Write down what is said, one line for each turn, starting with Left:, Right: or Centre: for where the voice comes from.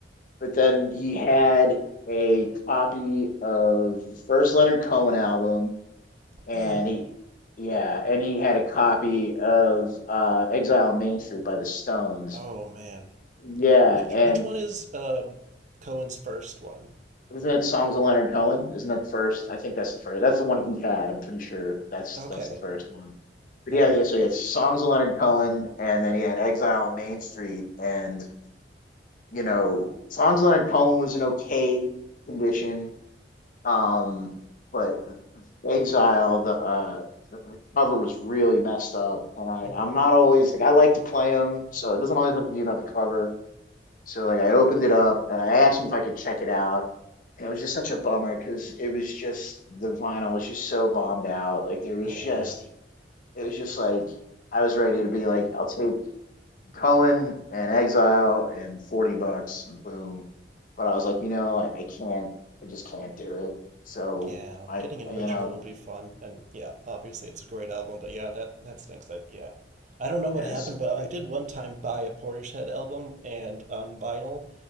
Left: But then he had a copy of the first Leonard Cohen album and
Right: Ooh.
Left: he yeah and he had a copy of uh exile on main street by the stones
Right: Oh man.
Left: yeah
Right: Which
Left: and
Right: which one is uh Cohen's first one?
Left: isn't it songs of leonard cohen isn't that the first i think that's the first that's the one he had i'm pretty sure that's
Right: Okay.
Left: that's the first one but
Right: Okay.
Left: yeah yeah so he had songs of leonard cohen and then he had exile on main street and you know songs of leonard cohen was in okay condition Um, but Exile, the uh, the the cover was really messed up, and I
Right: hmm
Left: I'm not always like I like to play them, so it doesn't always have to be about the cover. So like I opened it up and I asked him if I could check it out, and it was just such a bummer because it was just the vinyl was just so bombed out. Like it was
Right: Yeah.
Left: just it was just like I was ready to be like I'll take Cohen and Exile and 40 bucks and boom. But I was like, you know, I, I can't, I just can't do it. So
Right: Yeah.
Left: I,
Right: Getting an
Left: I-
Right: original
Left: you know,
Right: would be fun and yeah, obviously it's a great album, but yeah, that that stinks. That yeah. I don't know
Left: yeah,
Right: what happened,
Left: it's,
Right: but I did one time buy a Portishead album and on vinyl,